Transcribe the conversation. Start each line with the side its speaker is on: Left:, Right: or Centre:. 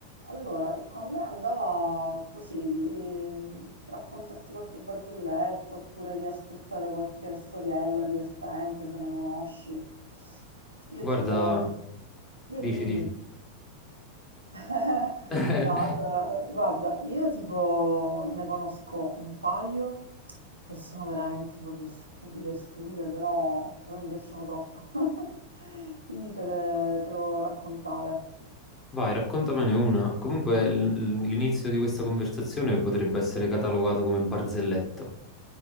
Right: Allora, a me andava così di raccontarti qualche barzelletta oppure di ascoltare qualche storiella divertente se ne conosci. Io
Left: Guarda,
Right: tipo... Dimmi,
Left: dici,
Right: dimmi.
Left: dici.
Right: <laughs>
Left: <laughs>
Right: No, allora, guarda, io tipo ne conosco un paio che sono veramente proprio stupide, stupide, però, però mi piacciono troppo. <laughs> Quindi te le, te le volevo raccontare.
Left: Vai, raccontamene una. Comunque l- l'inizio di questa conversazione potrebbe essere catalogato come barzelletto,